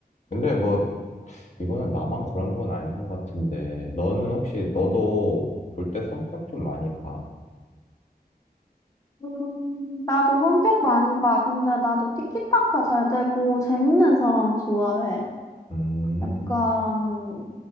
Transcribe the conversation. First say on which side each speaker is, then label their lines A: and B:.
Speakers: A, on the left; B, on the left.
A: 근데 뭐 이거는 나만 그런 건 아닌 것 같은데, 너는 혹시, 너도 볼 때 성격 좀 많이 봐?
B: 음, 나도 성격 많이 봐. 근데 나도 티키타카 잘 되고, 재밌는 사람 좋아해.
A: 음,
B: 약간,